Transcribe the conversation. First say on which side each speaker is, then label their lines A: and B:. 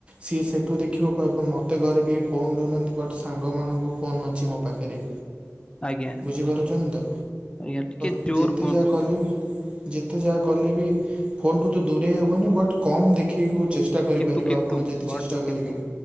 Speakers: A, on the right; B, on the left.
A: ସିଏ ସେଠୁ ଦେଖିବ କହିବ ମୋତେ ଘରେ କେହି ଫୋନ ଦେଉନାହାନ୍ତି ବଟ୍ ସାଙ୍ଗମାନଙ୍କୁ ଫୋନ୍ ଅଛି ମୋ ପାଖରେ।
B: ଆଜ୍ଞା
A: ବୁଝିପାରୁଛନ୍ତି ତ
B: ଆଜ୍ଞା ଟିକେ
A: ତ
B: ଜୋର
A: ଯେତେ
B: କୁହନ୍ତୁ
A: ଯାହା କଲେ ବି ଯେତେ ଯାହା କଲେ ବି ଫୋନଠୁ ତ ଦୂରେଇ ହେବନି ବଟ୍ କମ୍ ଦେଖିକୁ ଚେଷ୍ଟା କରିପାରିବ
B: କିନ୍ତୁ କିନ୍ତୁ
A: ଆପଣ ଯଦି
B: ବଟ୍
A: ଚେଷ୍ଟା କରିବେ
B: କିନ୍ତୁ